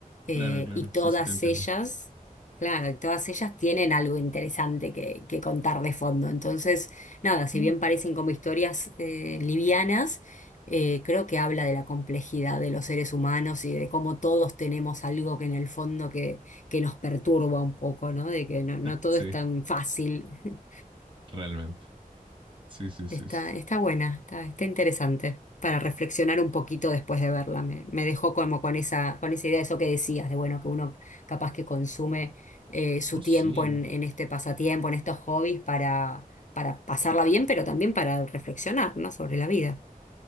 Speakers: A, on the left; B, on the right.
A: Eh,
B: Claro, claro.
A: y todas
B: Sí, sí, te entiendo.
A: ellas, claro, y todas ellas tienen algo interesante que, que contar de fondo. Entonces, nada, si
B: Mm.
A: bien parecen como historias eh, livianas, eh, creo que habla de la complejidad de los seres humanos y de cómo todos tenemos algo que en el fondo que, que nos perturba un poco, ¿no? De que no, no todo
B: Sí,
A: es tan fácil. <laughs>
B: realmente. Sí, sí,
A: Está,
B: sí. sí.
A: está buena, está, está interesante para reflexionar un poquito después de verla. Me, me dejó como con esa, con esa idea de eso que decías, de bueno, que uno capaz que consume eh, su
B: Oh, sí.
A: tiempo en, en este pasatiempo, en estos hobbies para, para pasarla bien, pero también para reflexionar, ¿no? Sobre la vida.